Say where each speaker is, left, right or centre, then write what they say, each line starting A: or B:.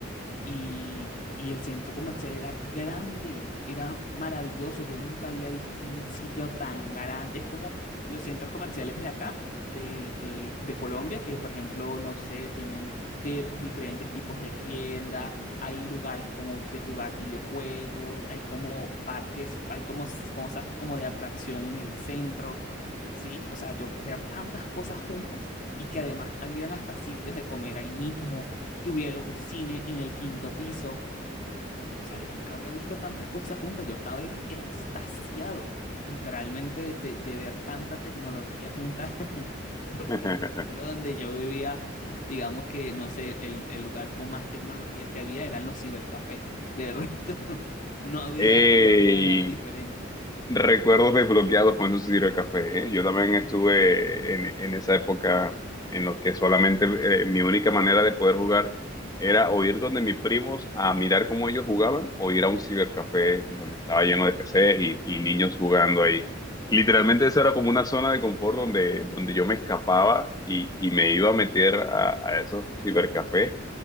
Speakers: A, on the left; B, on the left.
A: y, y el centro comercial era grande, era maravilloso. Yo nunca había visto un sitio tan grande. Es como los centros comerciales de acá, de, de, de Colombia, que por ejemplo, no sé, tienen de diferentes tipos de tiendas, hay lugares como de jugar videojuegos, hay como parques, hay como s- cosas como de atracción en el centro, ¿sí? O sea, yo ver tantas cosas juntas y que además habían hasta sitios de comer ahí mismo, que hubiera un cine en el quinto piso. O sea, yo nunca había visto tantas cosas juntas. Yo estaba era extasiado, literalmente, de, de ver tanta tecnología junta, <laughs> porque
B: <laughs>
A: en el pueblo donde yo vivía, digamos que, no sé, el, el lugar con más tecnología que había eran los cibercafés. De <laughs> resto, no, no había,
B: ¡Ey!
A: no había nada diferente.
B: Recuerdos desbloqueados con esos tiro de café, ¿eh? Yo también estuve en, en esa época en los que solamente eh, mi única manera de poder jugar era o ir donde mis primos a mirar cómo ellos jugaban o ir a un cibercafé donde estaba lleno de PCs y, y niños jugando ahí. Literalmente esa era como una zona de confort donde, donde yo me escapaba y, y me iba a meter a, a esos cibercafés